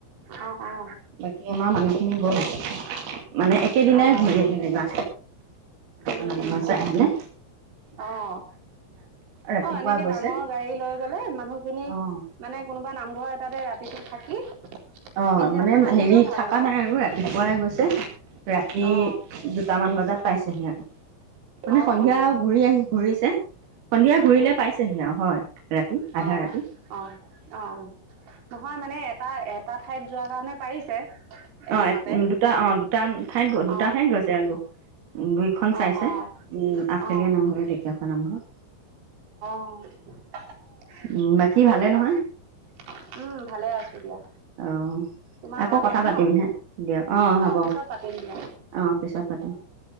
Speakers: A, on the right; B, on the right.
A: অ অ
B: বাকী আমাৰ মানুহ। খিনি গ'ল মানে একেদিনাই
A: অ
B: ঘূৰে যেনিবা
A: উম
B: নামঘৰ
A: উম
B: চাই পিনে।
A: অ'
B: ৰাতিপুৱা
A: অ' এনেকে
B: গৈছে
A: ডাঙৰ গাড়ী লৈ গলে মানুহখিনি
B: অ'
A: মানে কোনোবা নামঘৰ এটাতে ৰাতি। দিনটো থাকি।
B: অ',
A: পিছদিনাখন
B: মানে
A: আহিলেও
B: হেৰি
A: ভাল
B: থকা
A: হ'ব
B: নাই আৰু ৰাতিপুৱাই গৈছে ৰাতি
A: অ
B: দুটামান বজাত পাইছেহি আৰু। মানে
A: অ
B: সন্ধিয়া
A: অ
B: ঘূৰি আহি ঘুৰিছে সন্ধিয়া
A: উম
B: ঘুৰিলে
A: উম
B: পাইছেহি আৰু হয় ৰাতি
A: অ',
B: আধা ৰাতি।
A: অ', অ', নহয় মানে এটা এটা ঠাইত যোৱাৰ কাৰণে পাৰিছে। এদিনতে
B: অ' দুটা অ' দুটা ঠাইত
A: অ',
B: দুটা ঠাইত গৈছে আৰু দুইখন
A: অ',
B: চাইছে।
A: অ',
B: উম আঠফেলীয়া
A: অ',
B: নামঘৰ ঢেকীয়াখোৱা নামঘৰ।
A: অ'
B: উ বাকী
A: ঠিকে
B: ভালে নহয়।
A: আছে উম ভালে আছো দিয়া।
B: অ'
A: তোমাৰ
B: আকৌ
A: ভাল
B: কথা
A: নহয়
B: পাতিম
A: ন
B: হে দিয়ক অ হ'ব
A: পিছত পাতিম দিয়া।
B: অ পিছত পাতিম।